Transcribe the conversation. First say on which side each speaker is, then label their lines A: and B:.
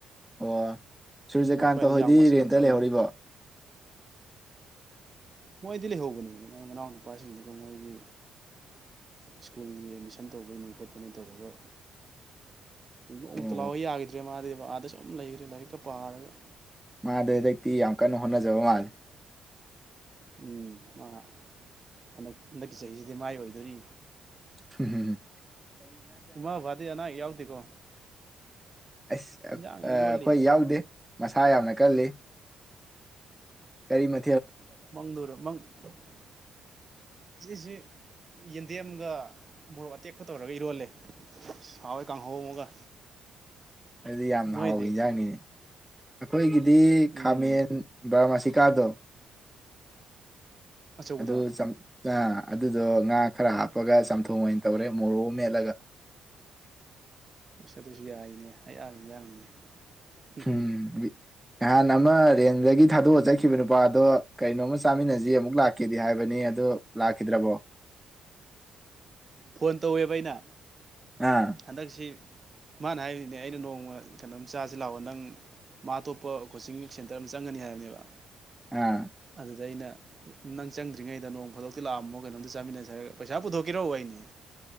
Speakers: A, in the centre; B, on the right.
A: ꯑꯣ ꯁꯨꯔꯖꯀꯥꯟꯇ
B: ꯋꯥꯠꯄ ꯍꯥꯏꯗꯤ
A: ꯍꯣꯏꯗꯤ
B: ꯌꯥꯝ ꯋꯥꯠꯁꯤꯜꯂꯛꯇ꯭ꯔꯕꯅꯤ
A: ꯔꯦꯟꯇ ꯂꯩꯍꯧꯔꯤꯕꯣ
B: ꯃꯣꯏꯗꯤ ꯂꯩꯍꯧꯕꯅꯦꯕ ꯃ ꯃꯅꯥꯎ ꯅꯨꯄꯥꯁꯤꯡꯗꯨ ꯑ ꯃꯣꯏꯒꯤ ꯁ꯭ꯀꯨꯜꯒꯤ ꯑꯦꯠꯃꯤꯁꯟ ꯇꯧꯕꯩꯅꯦ ꯈꯣꯠꯄꯅꯤ ꯇꯧꯔꯒ ꯅꯣꯡꯃꯛꯇ
A: ꯑꯣ
B: ꯂꯥꯛꯎ ꯌꯥꯒꯤꯗ꯭ꯔꯦ ꯃꯥꯗꯤꯕ ꯑꯥꯗ ꯁꯨꯝ ꯂꯩꯒ꯭ꯔꯦ ꯂꯥꯏꯔꯤꯛꯀ ꯄꯥꯔꯒ
A: ꯃꯥꯗꯤ ꯍꯟꯗꯛꯇꯤ ꯌꯥꯝ ꯀꯟꯅ ꯍꯣꯠꯅꯖꯕ ꯃꯥꯜꯂꯦ
B: ꯎꯝ ꯃꯥ ꯍꯟꯗꯛ ꯍꯟꯗꯛꯀꯤ ꯆꯍꯤꯁꯤꯗꯤ ꯃꯥꯏ ꯑꯣꯏꯗꯣꯔꯤ
A: ꯍꯝ ꯍꯝ
B: ꯏꯃꯥ ꯕꯕꯥꯗꯤ ꯑꯅꯥ ꯑꯌꯦꯛ ꯌꯥꯎꯗꯦꯀꯣ
A: ꯑꯁ
B: ꯏꯟꯖꯥꯡ
A: ꯑꯩꯈꯣꯏ
B: ꯏꯔꯣꯜꯂꯤ
A: ꯌꯥꯎꯗꯦ ꯃꯁꯥ ꯌꯥꯝꯅ ꯀꯜꯂꯤ ꯀꯔꯤ ꯃ
B: <unintelligible> ꯌꯦꯟꯗꯦꯝꯒ ꯃꯣꯔꯣꯛ ꯑꯇꯦꯛꯄ ꯇꯧꯔꯒ ꯏꯔꯣꯜꯂꯦ ꯍꯥꯎꯋꯦ ꯀꯥꯡꯍꯧ ꯑꯃꯒ
A: ꯑꯩꯗꯤ ꯌꯥꯝꯅ
B: ꯅꯣꯏꯗꯤ
A: ꯍꯥꯎꯕ ꯏꯟꯖꯥꯡꯅꯤꯅꯦ ꯑꯈꯣꯏꯒꯤ
B: ꯎꯝ
A: ꯈꯥꯃꯦꯟ ꯕꯥꯔꯃꯥꯁꯤ ꯀꯥꯗꯣ
B: ꯑꯆꯧꯕꯗꯣ
A: ꯑꯗꯨ ꯆ ꯑꯗꯨꯗꯣ ꯉꯥ ꯈꯔ ꯍꯥꯞꯄꯒ ꯆꯝꯊꯣꯡ ꯑꯣꯏꯅ ꯇꯧꯔꯦ ꯃꯣꯔꯣꯛ ꯑꯃ ꯃꯦꯠꯂꯒ
B: ꯑꯁ ꯑꯗꯨꯁꯨ ꯌꯥꯏꯅꯦ ꯑꯌꯥꯕ ꯏꯟꯖꯥꯡꯅꯤꯅꯦ ꯍꯝ
A: ꯎꯝ
B: ꯍꯝ
A: ꯅꯍꯥꯟ ꯑꯃ ꯔꯦꯟꯗꯒꯤ ꯊꯥꯗꯣꯛꯑꯒ ꯆꯠꯈꯤꯕ ꯅꯨꯄꯥꯗꯣ ꯀꯩꯅꯣꯝꯃ ꯆꯥꯃꯤꯟꯅꯁꯤ ꯑꯃꯨꯛ ꯂꯥꯛꯀꯦꯗꯤ ꯍꯥꯏꯕꯅꯤ ꯑꯗꯨ ꯂꯥꯛꯈꯤꯗ꯭ꯔꯕꯣ
B: ꯐꯣꯟ ꯇꯧꯋꯦꯕ ꯑꯩꯅ
A: ꯑꯥ
B: ꯍꯟꯗꯛꯁꯤ ꯃꯥꯅ ꯍꯥꯏꯕꯅꯤꯅꯦ ꯑꯩꯅ ꯅꯣꯡꯃ ꯀꯩꯅꯣꯝ ꯆꯁꯤ ꯂꯥꯛꯑꯣ ꯅꯪ ꯃꯥ ꯑꯇꯣꯞꯄ ꯀꯣꯆꯤꯡ ꯁꯦꯟꯇꯔ ꯑꯃ ꯆꯪꯒꯅꯤ ꯍꯥꯏꯕꯅꯦꯕ
A: ꯑꯥ
B: ꯑꯗꯨꯗ ꯑꯩꯅ ꯅꯪ ꯆꯪꯗ꯭ꯔꯤꯉꯩꯗ ꯅꯣꯡ ꯐꯥꯗꯣꯛꯇꯤ ꯂꯥꯛꯑꯝꯃꯣ ꯀꯩꯅꯣꯝꯇ ꯆꯥꯃꯤꯟꯅꯁꯤ ꯍꯥꯏꯔꯒ ꯄꯩꯁꯥ ꯄꯨꯊꯣꯛꯀꯦꯔꯣ ꯍꯩꯅꯦ